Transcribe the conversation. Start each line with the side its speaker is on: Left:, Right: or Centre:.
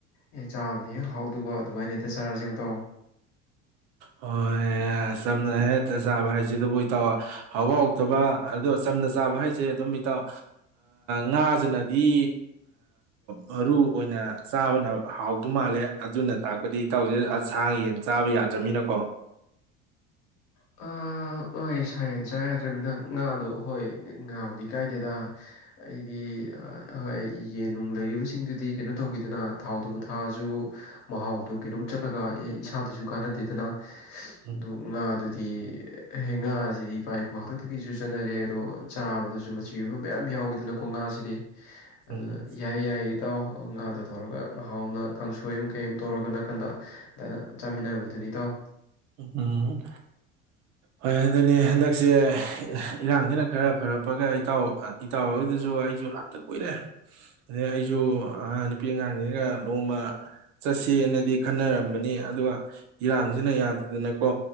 Left: ꯍꯦꯛ ꯆꯥꯕꯗ ꯍꯦꯛ ꯍꯥꯎꯗꯕ ꯑꯗꯨꯃꯥꯏꯅ ꯍꯦꯛꯇ ꯆꯥꯔꯁ ꯃꯇꯥꯎ
Right: ꯍꯣꯏ ꯆꯝꯅ ꯍꯦꯛꯇ ꯆꯥꯕ ꯍꯥꯏꯁꯤꯗꯕꯨ ꯏꯇꯥꯎ ꯍꯥꯎꯕ ꯍꯥꯎꯇꯕ ꯑꯗꯣ ꯆꯝꯅ ꯆꯥꯕ ꯍꯥꯏꯁꯦ ꯑꯗꯨꯝ ꯏꯇꯥꯎ ꯉꯥꯁꯤꯅꯗꯤ ꯃꯔꯨ ꯑꯣꯏꯅ ꯆꯥꯕꯅ ꯍꯥꯎꯗ ꯃꯥꯜꯂꯦ ꯑꯗꯨꯅ ꯇꯥꯛꯄꯗꯤ ꯏꯇꯥꯎꯁꯦ ꯁꯥ ꯌꯦꯟ ꯆꯥꯕ ꯌꯥꯗꯦ ꯌꯥꯗꯔꯝꯃꯤꯅꯀꯣ
Left: ꯑ ꯍꯣꯏ ꯁꯥ ꯌꯦꯟ ꯆꯥ ꯌꯥꯗ꯭ꯔꯃꯤꯅ ꯉꯥꯗꯣ ꯍꯣꯏ ꯉꯥꯕꯨꯗꯤ ꯀꯥꯏꯗꯦꯗ ꯑꯩꯗꯤ ꯍꯣꯏ ꯌꯦꯟ ꯅꯨꯡ ꯂꯩꯔꯤꯕꯁꯤꯡꯗꯨꯗꯤ ꯀꯩꯅꯣ ꯇꯧ ꯏꯗꯅꯥ ꯊꯥꯎꯗꯕꯨ ꯊꯥꯛꯑꯁꯨ ꯃꯍꯥꯎꯗꯨ ꯀꯩꯅꯣꯝ ꯆꯠꯂꯒ ꯏꯁꯥꯗꯁꯨ ꯀꯥꯅꯥꯗꯦꯗꯅ
Right: ꯎꯝ
Left: ꯑꯗꯨ ꯉꯥꯗꯨ ꯗꯤ ꯉꯥꯁꯤꯗꯤ ꯏꯄꯥ ꯏꯄꯨ ꯍꯥꯛꯇꯛꯇꯒꯤꯁꯨ ꯆꯠꯅꯔꯦ ꯑꯗꯣ ꯆꯥꯕꯗꯁꯨ ꯃꯆꯤ ꯑꯣꯏꯕ ꯃꯌꯥꯝ ꯌꯥꯎꯏꯗꯅꯀꯣ ꯉꯥꯁꯤꯗꯤ
Right: ꯎꯝ
Left: ꯑꯗꯨꯅ ꯌꯥꯏ ꯌꯥꯏ ꯏꯇꯥꯎ ꯉꯥꯗꯣ ꯇꯧꯔꯒ ꯍꯥꯎꯅ ꯀꯥꯡꯁꯣꯏ ꯑꯃ ꯀꯩ ꯑꯃ ꯇꯧꯔꯒ ꯅꯥꯀꯟꯗ ꯑꯗꯥꯏꯅ ꯆꯥꯃꯤꯟꯅꯕꯗꯨꯅꯤ ꯇꯥꯎ
Right: ꯎꯝ ꯍꯣꯏ ꯑꯗꯨꯅꯦ ꯍꯟꯗꯛꯁꯦ ꯏꯔꯥꯡꯁꯤꯅ ꯈꯔ ꯐꯔꯛꯄꯒ ꯏꯇꯥꯎ ꯏꯇꯥꯎ ꯍꯣꯏꯗꯨꯁꯨ ꯑꯩꯁꯨ ꯂꯥꯛꯇ ꯀꯨꯏꯔꯦ ꯑꯗꯩ ꯑꯩꯁꯨ ꯅꯨꯄꯤ ꯑꯉꯥꯡꯁꯤꯒ ꯅꯣꯡꯃ ꯆꯠꯁꯦꯅꯗꯤ ꯈꯟꯅꯔꯝꯕꯅꯤ ꯑꯗꯨꯒ ꯏꯔꯥꯡꯁꯤꯅ ꯌꯗ꯭ꯔꯦ ꯑꯗꯨꯅꯀꯣ